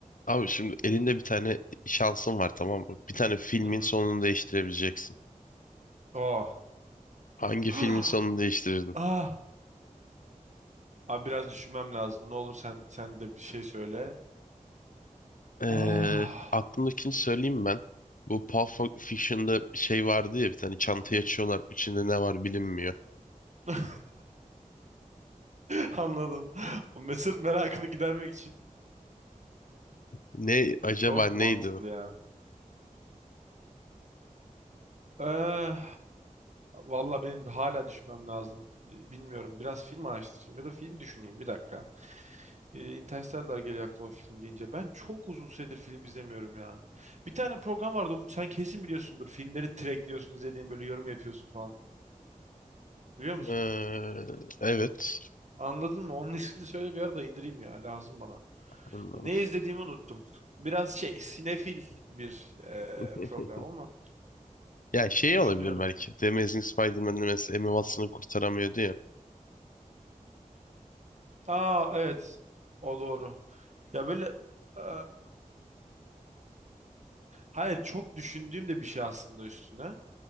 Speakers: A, on the left; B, on the right.
A: Abi şimdi elinde bir tane şansın var tamam mı? Bir tane filmin
B: Hı hı.
A: sonunu değiştirebileceksin.
B: Oh.
A: Hangi
B: <gasps>
A: filmin sonunu değiştirirdin?
B: <laughs> Ah. Abi biraz düşünmem lazım. Ne olur sen sen de bir şey söyle.
A: Ee,
B: Ah.
A: aklımdakini söyleyeyim ben. Bu Pulp Fiction'da bir şey vardı ya bir tane çantayı açıyorlar. içinde ne var bilinmiyor.
B: <laughs> Anladım. Bu me- merakını gidermek için.
A: Ne acaba
B: Çok
A: neydi
B: mantıklı
A: o?
B: yani. Eh, valla benim hala düşünmem lazım. Bilmiyorum. Biraz film araştırayım ya da film düşüneyim. Bir dakika. Ee, Interstellar geliyor aklıma film deyince. Ben çok uzun süredir film izlemiyorum ya. Bir tane program vardı Umut. Sen kesin biliyorsundur. Filmleri trackliyorsun, izlediğin böyle yorum yapıyorsun falan. Biliyor musun?
A: Ee, evet.
B: Anladın mı? Onun ismini söyle bir ara da indireyim ya. Lazım bana.
A: Anladım.
B: Ne izlediğimi unuttum. Biraz şey sinefil bir eee,
A: <laughs>
B: program ama
A: Ya şey
B: düşünüyorum.
A: olabilir belki. The Amazing Spider-Man'de mesela Emma Watson'ı kurtaramıyordu ya.
B: Aa evet. O doğru. Ya böyle eee, hayır çok düşündüğüm de bir şey aslında üstüne.